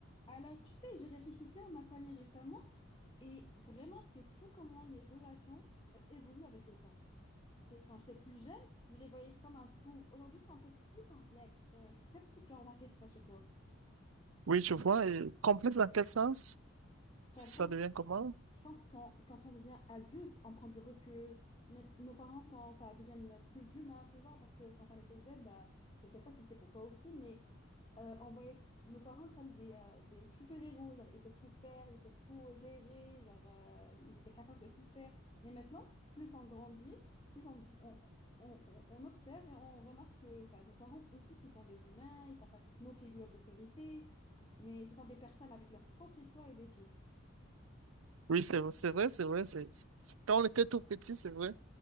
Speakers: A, on the left; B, on the right.
A: Alors, tu sais, je réfléchissais à ma famille récemment et vraiment, c'est fou comment les relations euh, évoluent avec le temps. Tu sais, quand j'étais plus jeune, je les voyais comme un tout. Aujourd'hui, c'est un peu plus complexe. Euh, Je ne sais pas si tu as remarqué ça chez toi.
B: Oui, je vois. Et complexe dans quel sens? Ça
A: Enfin, je pense
B: devient comment?
A: Je pense qu'en- quand on devient adulte, on prend du recul. Nes- Nos parents sont, enfin, deviennent plus humains, tu vois, parce que quand on était jeune, bah, je sais pas si c'est pour toi aussi, mais euh, on voyait nos parents comme des, euh, des super-héros. Genre, ils peuvent tout faire, ils peuvent tout gérer, genre, euh, ils étaient capables de tout faire. Mais maintenant, plus on grandit, plus on, on, on- on- on observe et on remarque que, enfin, nos parents aussi, ce sont des humains, ils sont pas juste nos figures d'autorité, mais ce sont des personnes avec leur propre histoire et défis.
B: Oui, c'est c'est vrai, c'est vrai. c'est- c'est- Quand on était tout petit, c'est vrai.